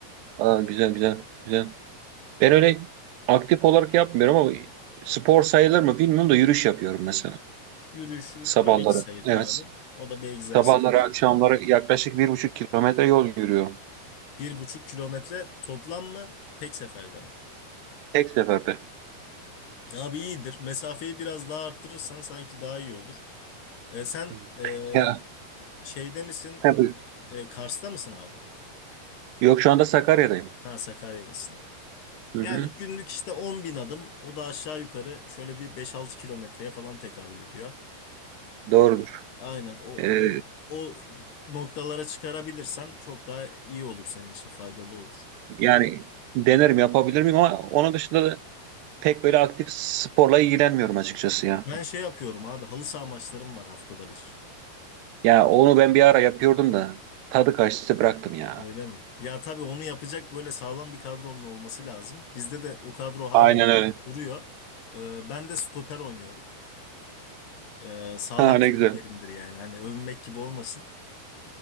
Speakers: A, on the right; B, on the left.
A: Aa güzel güzel güzel. Ben öyle aktif olarak yapmıyorum ama spor sayılır mı bilmiyorum da yürüyüş yapıyorum mesela.
B: Yürüyüşü
A: Sabahları.
B: tabii ki sayılır
A: Evet.
B: abi. O da bir egzersizdir.
A: Sabahları akşamları yaklaşık bir buçuk kilometre yol yürüyorum.
B: Bir buçuk kilometre toplam mı? Tek seferde mi?
A: Tek seferde.
B: Abi iyidir. Mesafeyi biraz daha arttırırsan sanki daha iyi olur. Ee, sen
A: Hı.
B: ee,
A: Ya,
B: şeyde misin?
A: <laughs>
B: Ee, Kars'ta mısın abi?
A: Yok şu anda Sakarya'dayım.
B: Ha Sakarya'dasın.
A: Hı
B: Yani
A: hı,
B: günlük işte on bin adım o da aşağı yukarı şöyle bir beş altı kilometreye falan tekabül ediyor.
A: doğrudur.
B: Aynen o,
A: Ee,
B: o, o noktalara çıkarabilirsen çok daha iyi olur senin için faydalı olur.
A: yani denerim yapabilir miyim ama onun dışında da pek böyle aktif sporla ilgilenmiyorum açıkçası ya.
B: Ben şey yapıyorum abi halı saha maçlarım var haftada bir.
A: Ya onu ben bir ara yapıyordum da tadı kaçtı bıraktım ya.
B: Öyle mi? Ya tabii onu yapacak böyle sağlam bir kadronun olması lazım. Bizde de o kadro hala
A: Aynen öyle.
B: duruyor. Ee, ben de stoper oynuyorum. Ee,
A: <laughs>
B: sağlam
A: Ha, ne
B: stoperimdir
A: güzel.
B: yani. Hani övünmek gibi olmasın.